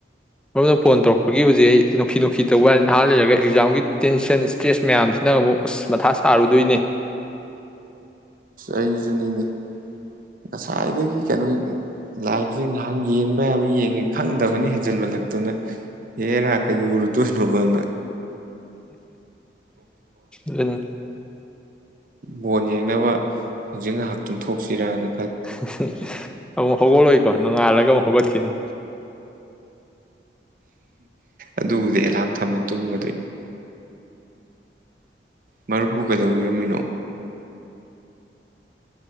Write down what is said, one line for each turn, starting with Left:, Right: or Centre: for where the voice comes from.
Centre: ꯃꯔꯨꯞꯅ ꯐꯣꯟ ꯇꯧꯔꯛꯄꯒꯤ ꯍꯧꯖꯤꯛ ꯑꯩ ꯅꯨꯡꯈꯤ ꯅꯨꯡꯈꯤ ꯇꯧꯕꯅꯤ ꯅꯍꯥꯟ ꯂꯩꯔꯒ ꯑꯦꯛꯖꯥꯝꯒꯤ ꯇꯦꯟꯁꯟ ꯏꯁꯇ꯭ꯔꯦꯁ ꯃꯌꯥꯝꯁꯤꯅ ꯑꯃꯨꯛ ꯎꯁ ꯃꯊꯥ ꯁꯥꯔꯨꯗꯣꯏꯅꯦ
Right: ꯑꯩꯁꯨ ꯅꯤꯡꯉ ꯉꯁꯥꯏꯗꯒꯤ ꯀꯩꯅꯣ ꯂꯥꯏꯟꯁꯦ ꯉꯥꯏꯍꯥꯛ ꯌꯦꯡꯕ ꯌꯥꯕ ꯌꯦꯡꯉꯦ ꯈꯪꯗꯕꯅ ꯍꯦꯟꯖꯟꯃꯜꯂꯛꯇꯅ ꯑꯦꯔꯥ ꯀꯩꯗꯧꯔꯨꯗꯣꯏꯅꯣꯅ
Centre: ꯑꯗꯨ
Right: ꯕꯣꯣꯟ ꯌꯦꯡꯅꯕ ꯍꯧꯖꯤꯛ ꯉꯥꯏꯍꯥꯛꯇꯨ ꯊꯣꯛꯁꯤꯔꯅ
Centre: <unintelligible> ꯑꯃꯨꯛ ꯍꯧꯒꯠꯂꯣꯏꯀꯣ ꯅꯣꯡꯉꯥꯜꯂꯒ ꯑꯃꯨꯛ ꯍꯧꯒꯠꯈꯤꯅꯤ
Right: ꯑꯗꯨꯕꯨꯗꯤ ꯑꯦꯂꯥꯝ ꯊꯝꯃ ꯇꯨꯝꯕꯗ ꯃꯔꯨꯞꯕꯨꯨ ꯀꯩꯗꯧꯕꯤꯔꯝꯃꯤꯅꯣ